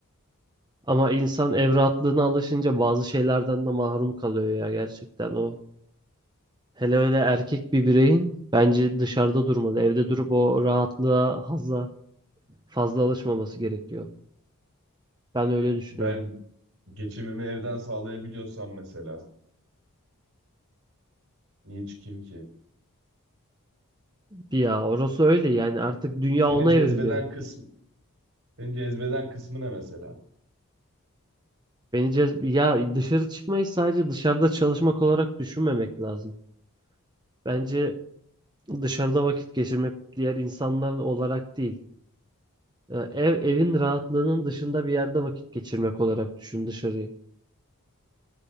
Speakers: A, on the right (about 20°); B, on the right (about 70°).
A: Ama insan ev rahatlığına alışınca bazı şeylerden de mahrum kalıyor ya gerçekten o. Hele öyle erkek bir bireyin bence dışarıda durmalı. Evde durup o rahatlığa fazla fazla alışmaması gerekiyor. Ben öyle
B: Ya
A: düşünüyorum.
B: ben Geçimimi evden sağlayabiliyorsam mesela niye çıkayım ki?
A: Ya orası öyle yani artık dünya
B: Seni
A: ona
B: cezbeden
A: evriliyor.
B: kısmı, seni cezbeden kısmı ne mesela?
A: Beni cez ya dışarı çıkmayı sadece dışarıda çalışmak olarak düşünmemek lazım. Bence dışarıda vakit geçirmek diğer insanlar olarak değil. Ee, Ev evin rahatlığının dışında bir yerde vakit geçirmek olarak düşün dışarıyı.